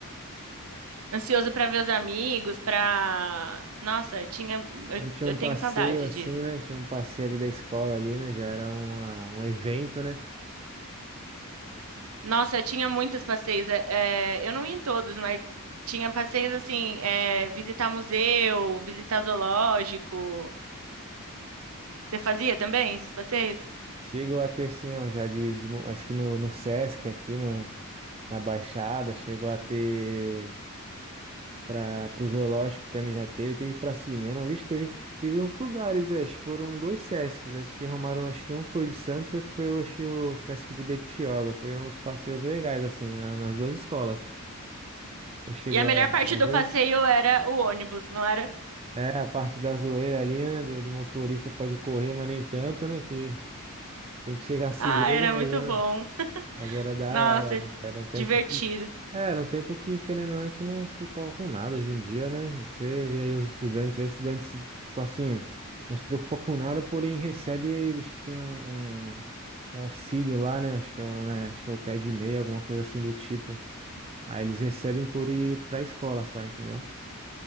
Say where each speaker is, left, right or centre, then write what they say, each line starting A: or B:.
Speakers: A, on the right; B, on the right.
A: Ansioso pra ver os amigos, pra. Nossa, tinha, eu,
B: Não tinha
A: eu
B: um
A: tenho
B: passeio
A: saudade
B: assim,
A: disso.
B: né? Tinha um passeio ali da escola ali, né? Já era uma, um evento, né?
A: Nossa, eu tinha muitos passeios. é, é, eu não ia em todos, mas tinha passeios assim, é, visitar museu, visitar zoológico. Você fazia também esses passeios?
B: Chegou a ter, assim, um já de, de mo- acho que no, no Sesc aqui, no, na Baixada, chegou a ter para o zoológico também já teve, teve para cinema, vixe, teve, teve uns lugares, é, acho que foram dois Sescs, acho que arrumaram, acho que um foi o de Santos e outro foi, acho que o Sesc de Bertioga, foi uns passeios legais, assim, na- nas duas escolas. Você chegou
A: E a melhor
B: a,
A: parte
B: a
A: do
B: ver?
A: passeio era o ônibus, não era?
B: É, a parte da zoeira ali, né, do, do motorista pode correr, mas nem tanto, né, que tem que chegar <laughs> seguro,
A: Ah, era
B: mas
A: muito
B: era,
A: bom.
B: mas era da
A: Nossa,
B: hora, né? era um tempo
A: divertido.
B: É, era um tempo que, querendo ou não, a gente não se preocupa com nada hoje em dia, né? Você vê aí os estudantes, aí estudantes, tipo assim, não se preocupa com nada, porém recebe, acho que tem um, um, um auxílio lá, né? Acho que é o nome, é- acho que é o pé de meia, alguma coisa assim do tipo. Aí eles recebem por ir pra escola só, entendeu?